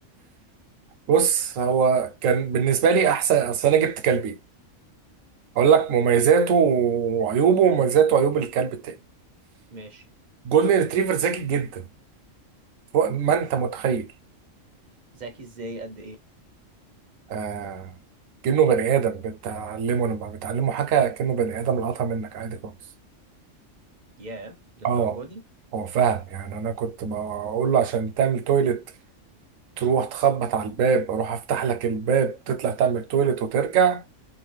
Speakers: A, on the right; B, on the right.
A: بص هو كان بالنسبه لي احسن اصل انا جبت كلبين اقول لك مميزاته وعيوبه ومميزاته
B: مم،
A: وعيوب الكلب التاني
B: ماشي
A: جولدن ريتريفر ذكي جدا فوق ما انت متخيل
B: ذكي ازاي قد ايه
A: آه كأنه بني آدم بتعلمه لما بتعلمه حاجة كأنه بني آدم لقطها منك عادي خالص
B: ياه للدرجة
A: اه
B: دي
A: هو فاهم يعني أنا كنت بقول له عشان تعمل تويلت تروح تخبط على الباب أروح أفتح لك الباب تطلع تعمل تويلت وترجع